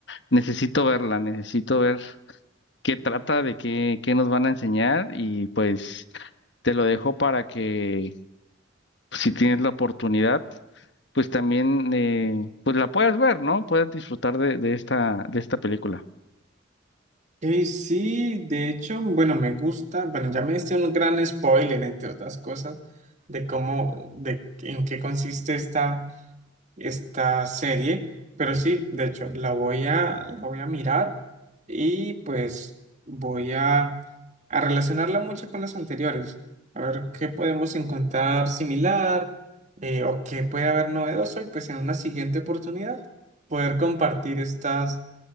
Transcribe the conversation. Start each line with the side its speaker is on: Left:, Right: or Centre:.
Left: necesito verla, necesito ver qué trata, de qué, qué nos van a enseñar y pues te lo dejo para que pues, si tienes la oportunidad, pues también eh, pues la puedas ver, ¿no? Puedes disfrutar de, de esta, de esta película.
Right: eh sí, de hecho, bueno, me gusta, bueno, ya me diste un gran spoiler, entre otras cosas, de cómo, de en qué consiste esta esta serie, pero sí, de hecho, la voy a, la voy a mirar y pues voy a, a relacionarla mucho con las anteriores, a ver qué podemos encontrar similar eh, o qué puede haber novedoso y pues en una siguiente oportunidad poder compartir estas,